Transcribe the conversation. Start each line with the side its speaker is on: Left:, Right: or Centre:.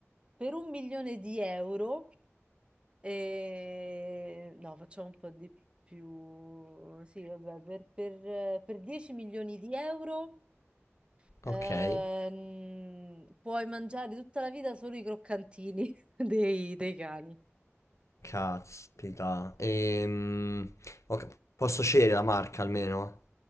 Right: per un milione di euro. E... No, facciamo un po' di più. Sì, vabbè, per, per- per 10 milioni di euro ehm,
Left: Ok.
Right: puoi mangiare tutta la vita solo i croccantini <laughs> dei, dei cani.
Left: Caspita. Ehm, ok, posso scegliere la marca almeno?